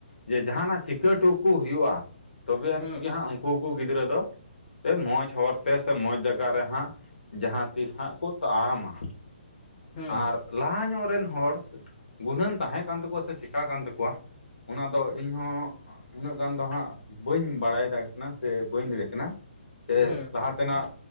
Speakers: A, on the left; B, on the left.
A: ᱡᱮ ᱡᱟᱦᱟᱱᱟᱜ ᱪᱤᱠᱟᱹᱴᱩ ᱠᱚ ᱦᱩᱭᱩᱜᱼᱟ᱾ ᱛᱚᱵᱮ ᱟᱹᱱᱤᱡᱽ
B: ᱦᱮᱸ
A: ᱜᱮ ᱦᱟᱸᱜ ᱩᱱᱠᱩ ᱠᱚ ᱜᱤᱫᱽᱨᱟᱹ ᱫᱚ ᱛᱮ ᱢᱚᱸᱡᱽ ᱦᱚᱨᱛᱮ ᱥᱮ ᱢᱚᱸᱡᱽ ᱡᱟᱼᱼ ᱟᱠᱟ ᱨᱮ ᱦᱟᱸᱜ ᱡᱟᱦᱟᱸ ᱛᱤᱥ ᱦᱟᱸᱜ ᱠᱚ ᱛᱟᱲᱟᱢᱟ
B: ᱦᱮᱸ
A: ᱟᱨ ᱞᱟᱦᱟ ᱧᱚᱜ ᱨᱮᱱ ᱦᱚᱲ ᱜᱩᱱᱟᱹᱱ ᱛᱟᱦᱮᱸ ᱠᱟᱱ ᱛᱟᱠᱚᱣᱟ ᱥᱮ ᱪᱮᱠᱟ ᱠᱟᱱ ᱛᱟᱠᱚᱣᱟ᱾ ᱚᱱᱟ ᱫᱚ ᱤᱧ ᱦᱚᱸᱼᱼ ᱩᱱᱟᱹᱜ ᱜᱟᱱ ᱫᱚ ᱦᱟᱸᱜ ᱵᱟᱹᱧ ᱵᱟᱲᱟᱭ ᱫᱟᱲᱮ ᱠᱟᱱᱟ ᱥᱮ ᱵᱟᱹᱧ ᱞᱟᱹᱭᱮ ᱠᱟᱱᱟ᱾ ᱥᱮ
B: ᱦᱮᱸ
A: ᱞᱟᱦᱟ ᱛᱮᱱᱟᱜ